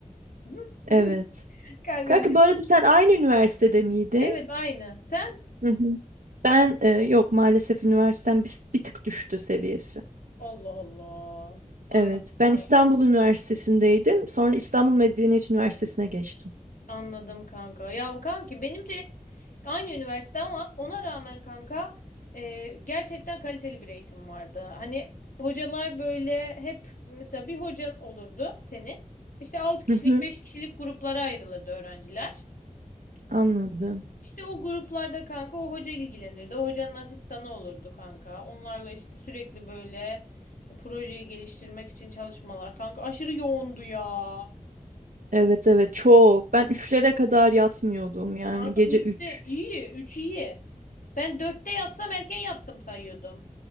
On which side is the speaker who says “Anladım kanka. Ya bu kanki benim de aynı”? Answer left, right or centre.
Left